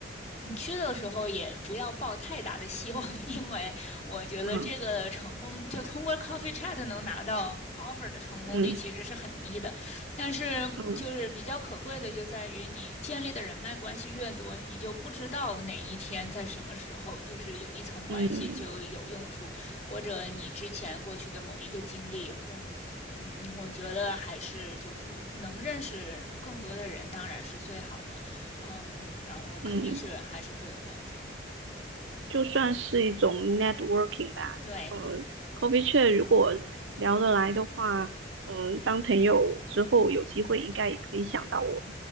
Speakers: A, on the left; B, on the right.
A: 你去的时候也不要抱太大的希望，<laughs> 因为我觉得这个成功就通过
B: 嗯
A: Coffee Chat 能拿到 offer 的成功率其实是很低的。
B: 嗯
A: 但是就是比较可贵的就在于你建立的人脉关系越多，
B: 嗯。
A: 你就不知道哪一天在什么时候就是有一层关系就有用处，
B: 嗯
A: 或者你之前过去的某一个经历有用。嗯，我觉得还是就是能认识更多的人，当然是最好的。嗯，然后肯定是还是会有帮助的。
B: 嗯，就算是一种 networking 吧。
A: 对，
B: 呃，coffee chat 如果聊得来的话，嗯，当朋友之后有机会应该也可以想到我。